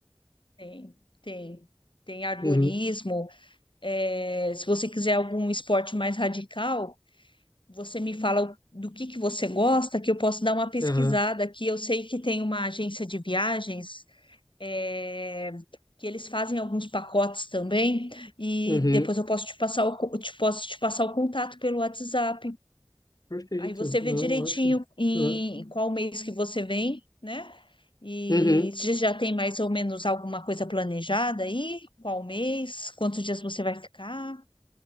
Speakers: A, on the left (about 75°); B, on the left (about 45°).
A: Tem, tem. Tem arborismo.
B: Uhum,
A: é, se você quiser algum esporte mais radical, você me fala o- do que que você gosta, que eu posso dar uma pesquisada
B: aham,
A: aqui. Eu sei que tem uma agência de viagens é, que eles fazem alguns pacotes também, e
B: uhum,
A: depois eu posso te passar o, co- te posso te passar o contato pelo WhatsApp.
B: perfeito,
A: Aí você vê
B: não,
A: direitinho
B: ótimo,
A: em
B: aham,
A: qual mês que você vem, né? E
B: uhum.
A: se já tem mais ou menos alguma coisa planejada aí? Qual mês? Quantos dias você vai ficar?